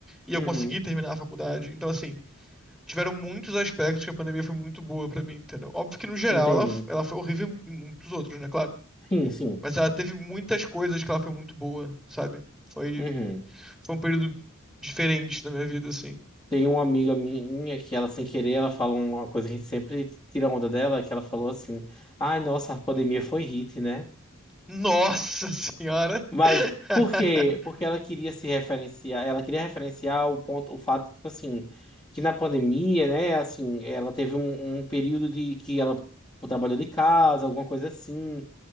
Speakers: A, in the centre; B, on the left.
A: E
B: Uhum.
A: eu consegui terminar a faculdade. Então, assim, tiveram muitos aspectos que a pandemia foi muito boa pra mim, entendeu? Óbvio que no geral
B: Entendi.
A: ela, ela foi horrível em muitos outros, né, claro.
B: Sim, sim.
A: Mas ela teve muitas coisas que ela foi muito boa, sabe? Foi,
B: Uhum.
A: foi um período diferente da minha vida, assim.
B: Tem uma amiga minha que ela, sem querer, ela fala uma coisa que a gente sempre tira onda dela, que ela falou assim: Ai, nossa, a pandemia foi hit, né?
A: Nossa senhora!
B: Mas
A: <laughs>
B: por quê? Porque ela queria se referenciar, ela queria referenciar o ponto, o fato, tipo assim, que na pandemia, né, assim, ela teve um, um período de que ela trabalhou de casa, alguma coisa assim.